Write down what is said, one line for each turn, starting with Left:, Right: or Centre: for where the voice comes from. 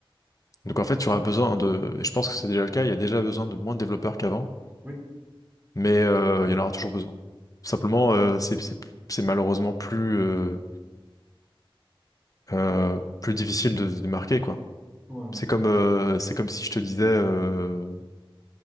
Right: Ok.
Left: Donc en fait, tu auras besoin de et je pense que c'est déjà le cas, il y a déjà besoin de moins de développeurs qu'avant,
Right: Oui,
Left: mais euh, il y en aura toujours besoin. Simplement euh, c'est c'est c'est malheureusement plus euh, euh, plus difficile de se démarquer quoi.
Right: voilà.
Left: C'est comme euh, c'est comme si je te disais euh,